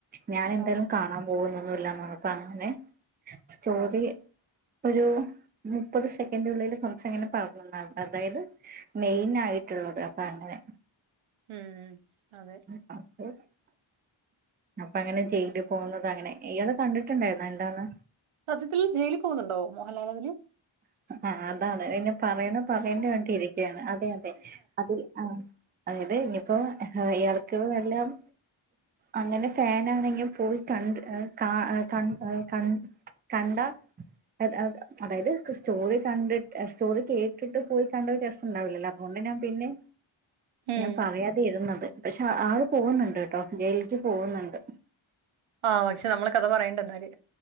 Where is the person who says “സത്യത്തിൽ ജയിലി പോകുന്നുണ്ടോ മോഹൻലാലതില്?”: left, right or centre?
Right